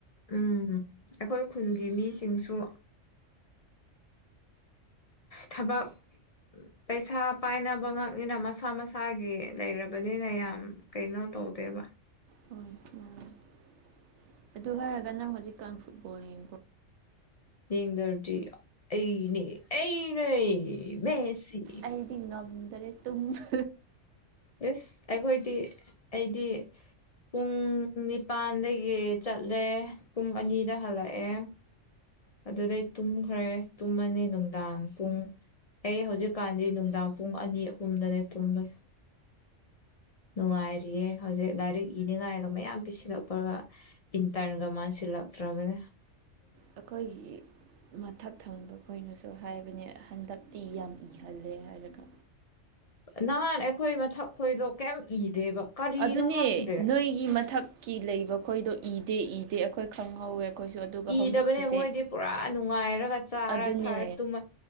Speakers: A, on the left; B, on the right.
A: ꯎꯝ ꯑꯩꯈꯣꯏ ꯈꯨꯜꯒꯤ ꯃꯤꯁꯤꯡꯁꯨ ꯊꯕꯛ ꯄꯩꯁꯥ ꯄꯥꯏꯅꯕ ꯉꯥꯛꯅꯤꯅ ꯃꯁꯥ ꯃꯁꯥꯒꯤ ꯂꯩꯔꯕꯅꯤꯅ ꯌꯥꯝ ꯀꯩꯅꯣ ꯇꯧꯗꯦꯕ
B: ꯍꯣꯏ ꯃꯥ <unintelligible> ꯑꯗꯨ ꯍꯥꯏꯔꯒ ꯅꯪ ꯍꯧꯖꯤꯛꯀꯥꯟ ꯐꯨꯠꯕꯣꯜ ꯌꯦꯡ
A: ꯌꯦꯡꯗꯔꯗꯤ ꯑꯩꯅꯦ ꯑꯩꯅꯦ ꯃꯦꯁꯤ
B: ꯑꯩꯗꯤ ꯉꯝꯗ꯭ꯔꯦ ꯇꯨꯝꯕ
A: ꯏꯁ ꯑꯩꯈꯣꯏꯗꯤ ꯑꯩꯗꯤ ꯄꯨꯡ ꯅꯤꯄꯥꯥꯟꯗꯒꯤ ꯆꯠꯂꯦ ꯄꯨꯡ ꯑꯅꯤꯗ ꯍꯜꯂꯛꯑꯦ ꯑꯗꯨꯗꯩ ꯇꯨꯝꯈ꯭ꯔꯦ ꯇꯨꯝꯃꯅꯤ ꯅꯨꯡꯗꯥꯡ ꯄꯨꯡ ꯑꯩ ꯍꯧꯖꯤꯛꯀꯥꯟꯗꯤ ꯅꯨꯡꯗꯥꯡ ꯄꯨꯡ ꯑꯅꯤ ꯑꯍꯨꯝꯗꯅꯦ ꯊꯨꯝꯕꯁꯦ ꯅꯨꯡꯉꯥꯏꯔꯤꯌꯦ ꯍꯧꯖꯤꯛ ꯂꯥꯏꯔꯤꯛ ꯏꯅꯤꯡꯉꯥꯏꯒ ꯃꯌꯥꯝ ꯄꯤꯁꯤꯜꯂꯛꯄꯒ ꯏꯟꯇꯔꯟꯒ ꯃꯥꯁꯤꯜ ꯂꯛꯇ꯭ꯔꯕꯅꯦ
B: ꯑꯩꯈꯣꯏꯒꯤ ꯃꯊꯛ ꯊꯪꯕ ꯈꯣꯏꯅꯁꯨ ꯍꯥꯏꯕꯅꯦ ꯍꯟꯗꯛꯇꯤ ꯌꯥꯝ ꯏꯍꯜꯂꯦ ꯍꯥꯏꯔꯒ
A: ꯅꯍꯥꯟ ꯑꯩꯈꯣꯏ ꯃꯊꯛ ꯈꯈꯣꯏꯗꯣ ꯀꯩꯝ ꯏꯗꯦꯕ ꯀꯔꯤꯅꯣ
B: ꯑꯗꯨꯅꯦ
A: ꯈꯪꯗꯦ
B: ꯅꯣꯏꯒꯤ ꯃꯊꯛꯀꯤ ꯂꯩꯕ ꯈꯣꯏꯗꯣ ꯏꯗꯦ ꯏꯗꯦ ꯑꯩꯈꯣꯏ ꯈꯪꯍꯧꯋꯦ ꯑꯩꯈꯣꯏꯁꯨ ꯑꯗꯨꯒ
A: ꯏꯗꯕꯅꯦ
B: ꯍꯧꯖꯤꯛꯀꯤꯁꯦ
A: ꯃꯣꯏꯗꯤ ꯄꯨꯔꯥ ꯅꯨꯡꯉꯥꯏꯔꯒ ꯆꯥꯔ
B: ꯑꯗꯨꯅꯦ
A: ꯊꯥꯔꯇꯨꯝꯃ